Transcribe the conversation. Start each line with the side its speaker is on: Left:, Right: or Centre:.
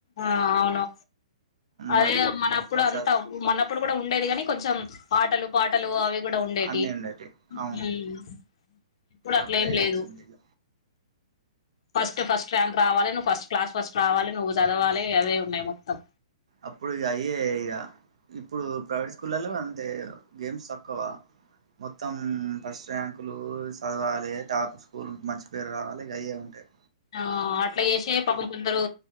Left: ఆ అవును అదే
Right: మరి
Left: గదా మనప్పుడు అంతా
Right: స
Left: మనప్పుడు కూడా ఉండేది కాని కొంచెం ఆటలు పాటలు అవి గూడా ఉండేటివి
Right: అన్నీ
Left: ఊమ్
Right: అవును
Left: ఇప్పుడు అట్లేం
Right: అట్లే
Left: లేదు
Right: వచ్చింది ఇక
Left: ఫస్ట్ ఫస్ట్ ర్యాంక్ రావాలె నువ్వు ఫస్ట్ క్లాస్ ఫస్ట్ రావాలె నువ్వు చదవాలె అవే ఉన్నాయి మొత్తం
Right: అప్పుడు ఇగ అయే ఇగ ఇప్పుడు ప్రైవేట్ స్కూలల్లో అంతే గేమ్స్ తక్కువ మొత్తం ఫస్ట్ ర్యాంక్ కులు చదవాలే టాప్ స్కూల్ మంచి పేరు రావాలే ఇక అయే ఉంటాయ్.
Left: ఆ అట్లా చేసే పాపం కొందరు